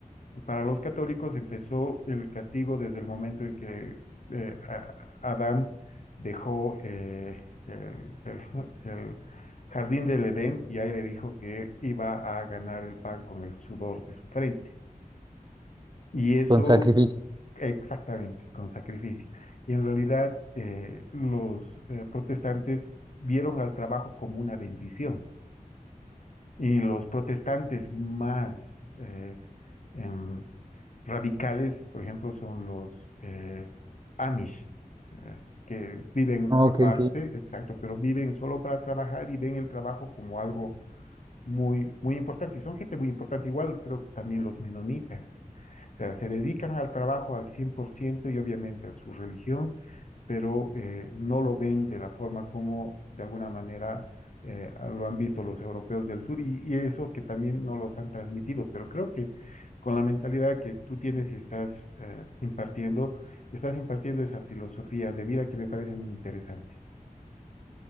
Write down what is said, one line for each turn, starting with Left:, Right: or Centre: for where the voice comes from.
Left: para los católicos empezó el castigo desde el momento en que eh, a- Adán dejó eh, el, el- <laughs> el jardín del Edén y ahí le dijo que iba a ganar el pan con el sudor de su frente. Y eso
Right: con sacrificio.
Left: exactamente, con sacrificio. Y en realidad eh, los eh, protestantes vieron al trabajo como una bendición. Y los protestantes más... eh, em, radicales, por ejemplo, son los eh, Amish, eh, que viven
Right: Ok,
Left: aparte,
Right: sí.
Left: exacto, pero viven solo para trabajar y ven el trabajo como algo muy, muy importante. Y son gente muy importante, igual creo que también los menonitas. O sea, se dedican al trabajo al 100% y obviamente a su religión, pero eh, no lo ven de la forma como de alguna manera eh, lo han visto los europeos del sur y, y eso que también no los han transmitido. Pero creo que con la mentalidad que tú tienes y estás eh, impartiendo, estás impartiendo esa filosofía de vida que me parece muy interesante.